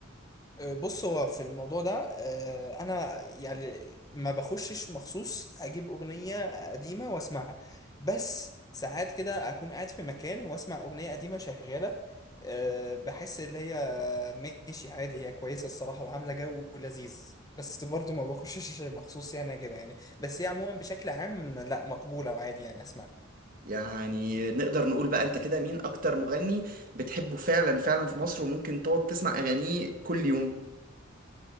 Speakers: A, on the left (about 20°); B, on the right (about 45°).
A: آه، بص هو في الموضوع ده آه، انا يعني ما بخشش مخصوص اجيب اغنية قديمة واسمعها بس ساعات كده اكون قاعد في مكان واسمع اغنية قديمة شغالة آه، بحس ان هي ماشي عادي هي كويسة الصراحة وعاملة جو لذيذ بس برضو ما بخشش مخصوص يعني اجيبها يعني بس هي عموما بشكل عام لا مقبولة وعادي يعني اسمعها
B: يعني نقدر نقول بقى انت كده مين اكتر مغني بتحبه فعلا فعلا في مصر وممكن تقعد تسمع اغانيه كل يوم